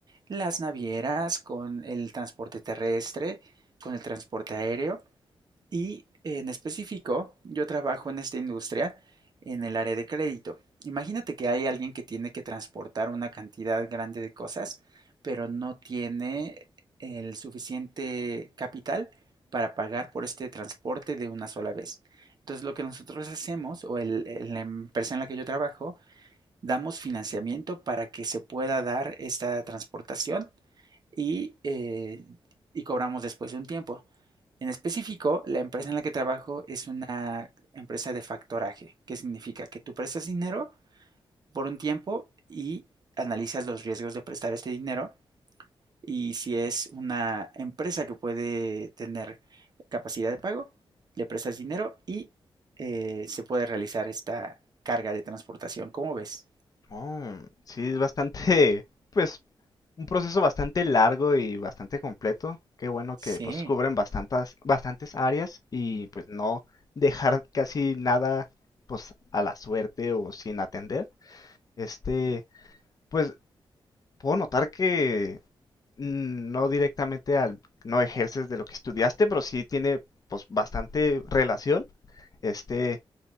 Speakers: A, on the right; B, on the left.
A: las navieras, con el transporte terrestre, con el transporte aéreo y en específico, yo trabajo en esta industria en el área de crédito. Imagínate que hay alguien que tiene que transportar una cantidad grande de cosas, pero no tiene el suficiente capital para pagar por este transporte de una sola vez. Entonces, lo que nosotros hacemos, o el- el- la empresa en la que yo trabajo, damos financiamiento para que se pueda dar esta transportación y, eh, y cobramos después de un tiempo. En específico, la empresa en la que trabajo es una empresa de factoraje, que significa que tú prestas dinero por un tiempo y analizas los riesgos de prestar este dinero y si es una empresa que puede tener capacidad de pago, le prestas dinero y eh, se puede realizar esta carga de transportación. ¿Cómo ves?
B: oh, sí, es bastante, <laughs> pues un proceso bastante largo y bastante completo. Qué bueno
A: Sí.
B: que pues cubren bastantes, bastantes áreas y pues no dejar casi nada pues a la suerte o sin atender. Este, pues puedo notar que mm, no directamente al, no ejerces de lo que estudiaste, pero sí tiene pues bastante relación este